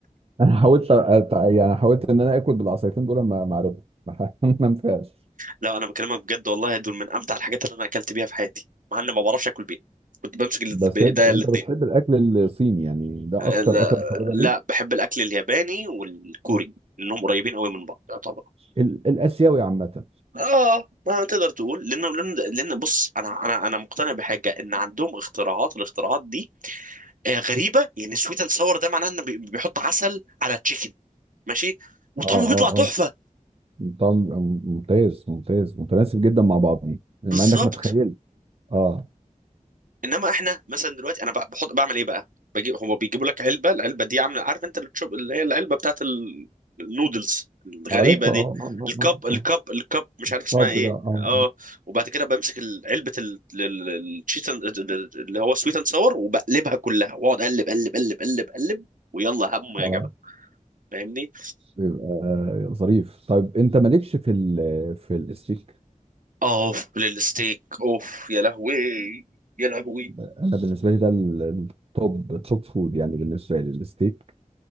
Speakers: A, on the right (about 45°); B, on the right (about 75°).
A: انا حاولت أت- يعني حاولت ان انا اكل بالعصايتين دول ما ما عرفتش ما <laughs> ما نفعش
B: لا انا بكلمك بجد والله دول من امتع الحاجات اللي انا اكلت بيها في حياتي مع اني ما بعرفش اكل بيها كنت بمسك ال-
A: بس
B: بايديا
A: انت انت
B: الاثنين
A: بتحب الاكل الصيني يعني ده
B: لا,
A: اكتر اكل محببه ليك
B: لا بحب الاكل الياباني والكوري لانهم قريبين قوي من بعض يعتبر
A: ال- الاسيوي عامه
B: اه ما تقدر تقول لان لان لأن بص انا انا انا مقتنع بحاجه ان عندهم اختراعات والاختراعات دي آه، غريبه يعني سويت اند ساور ده معناه انه بي- بيحط عسل على تشيكن ماشي وطعمه
A: اه اه
B: بيطلع تحفه
A: اه طب ممتاز ممتاز متناسب جدا مع بعضين مع
B: بالظبط
A: انك متخيل اه
B: انما احنا مثلا دلوقتي انا بق- بحط بعمل ايه بقى بجيب هما بيجيبوا لك علبه العلبه دي عامله عارف انت اللي تشوف اللي هي العلبه بتاعت ال- النودلز الغريبه
A: عارف
B: دي
A: اه اه اه
B: الكب
A: اه
B: الكب
A: آه.
B: الكب مش عارف اسمها
A: طب
B: ايه
A: ده اه
B: اه وبعد كده بمسك ال- علبه ال- ال- ال- الشيت اند- اللي هو سويت اند ساور وبقلبها كلها واقعد اقلب اقلب اقلب اقلب اقلب ويلا هم
A: اه
B: يا
A: آه.
B: جماعه فاهمني
A: يبقى ظريف طيب انت مالكش في ال في الستيك
B: اوف للستيك اوف يا لهوي يا لهوي
A: انا بالنسبه لي ده ال- التوب التوب فود يعني بالنسبه لي الستيك